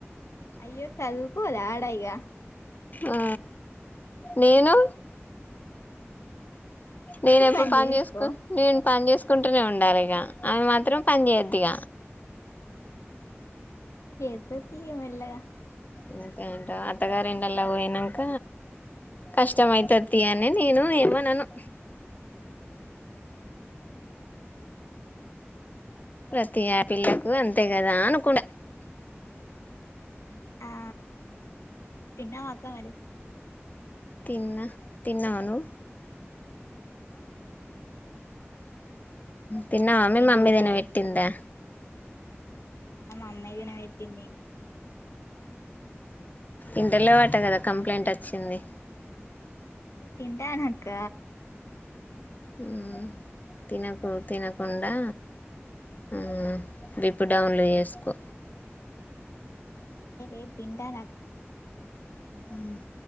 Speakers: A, on the left (about 85°); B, on the left (about 40°).
A: అయ్యో సదుకోదా ఆడ ఇగ
B: ఆ నేను నేనెప్పుడు
A: నువ్వు పని
B: పన్
A: చేసుకో
B: జేస్కోను నేన్ పన్ జేస్. కుంటూనే ఉండాలి ఇగ ఆమె మాత్రం పన్ జేయద్దిగ
A: చేత్తద్ తీగ మెళ్లగా
B: ఉమ్ అంతే అంటవ అత్తగారిండ్లల్లేకి పోయినంక కష్టం అయ్తది అని నేను ఏమనను.
A: ఉ
B: ప్రతి ఆ పిల్లకు అంతే కదా అనుకుండా.
A: ఆ తిన్నవా అక్క మరి
B: తిన్నా తిన్నావ నువ్వు
A: ఆ తిన్నా అక్క
B: తిన్నావా
A: మమ్మీ
B: మే మా
A: దోశ
B: అమ్మ ఏదైనా పెట్టిందా
A: ఆ మా మమ్మీ తిన పెట్టింది
B: ఇంటలో వాట కదా కంప్లైంట్ వచ్చింది
A: తింటా అక్క
B: ఉమ్ తినకు తినకుండా ఉమ్ విప్ డౌన్లు జేస్కో.
A: ఏలేద్ తింటానక్క.
B: ఉమ్